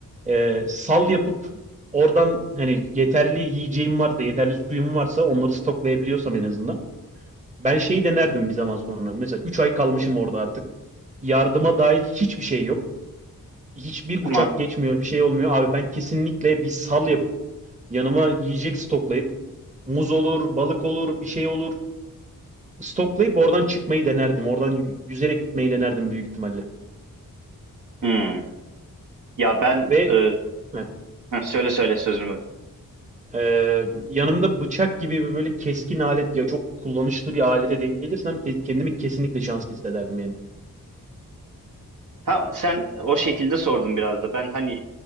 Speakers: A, on the right; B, on the right.
A: e, sal yapıp oradan hani yeterli yiyeceğim varsa, yeterli suyum varsa onları stoklayabiliyorsam en azından. Ben şeyi denerdim bir zaman sonra. Mesela 3 ay kalmışım orada artık. Yardıma dair hiçbir şey yok. Hiçbir
B: Tamam.
A: uçak geçmiyor, bir şey olmuyor. Abi ben kesinlikle bir sal yapıp yanıma yiyecek stoklayıp muz olur, balık olur, bir şey olur. Stoklayıp oradan çıkmayı denerdim. Oradan y- yüzerek gitmeyi denerdim büyük ihtimalle.
B: Hmm. Ya ben
A: Ve
B: e,
A: heh,
B: ha, söyle söyle sözünü böldüm.
A: e, yanımda bıçak gibi bir böyle keskin alet ya çok kullanışlı bir alete denk gelirsem ke- kendimi kesinlikle şanslı hissederdim yani.
B: Ha sen o şekilde sordun biraz da. Ben hani